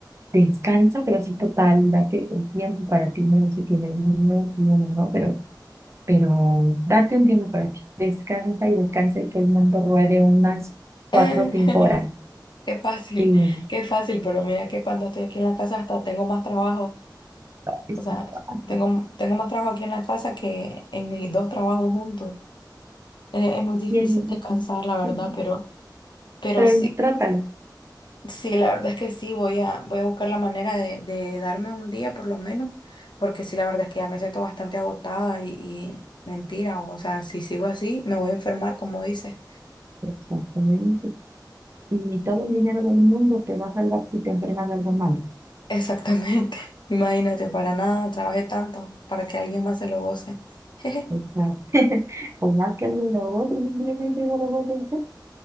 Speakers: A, on the right; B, on the left.
A: descansa, pero sí total, date un tiempo para ti, no sé si tienes niños, niños, no, no, pero, pero date un tiempo para ti. Descansa y descansa y que el mundo ruede unas cuatro
B: <laughs>
A: o cinco horas.
B: Qué fácil,
A: Sí, no,
B: qué fácil, pero mira que cuando estoy aquí en la casa hasta tengo más trabajo,
A: es
B: o sea,
A: bastante
B: tengo, tengo más trabajo aquí en la casa que en mis dos trabajos juntos. Es, es muy difícil
A: bien.
B: descansar, la verdad,
A: sí,
B: pero, pero
A: Pero
B: sí,
A: trátalo.
B: sí, la verdad es que sí, voy a, voy a buscar la manera de, de darme un día por lo menos, porque sí, la verdad es que ya me siento bastante agotada y, y mentira, o sea, si sigo así, me voy a enfermar, como dices.
A: Exactamente. Y todo el dinero del mundo te va a salvar si te entregas algo mal.
B: Exactamente, <laughs> imagínate, para nada, trabajé tanto para que alguien más se lo goce. <laughs>
A: O sea, <laughs> por más que algo lo goce, simplemente no lo goce hacer